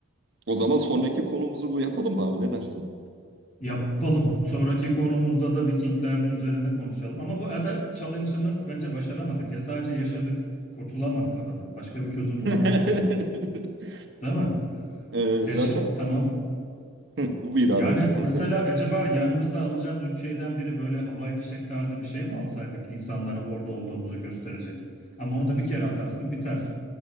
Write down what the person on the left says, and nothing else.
Yapalım. Sonraki konumuzda da Vikingler üzerine konuşalım. Ama bu ada challenge'ını bence başaramadık ya. Sadece yaşadık, kurtulamadık adadan. Başka bir çözüm
bulamadık yani. Değil mi?
Yaş
tamam.
Yani
mesela
acaba yanımıza alacağımız üç şeyden biri böyle havai fişek tarzı bir şey mi alsaydık insanlara orada olduğumuzu gösterecek? Ama onu da bir kere atarsın biter.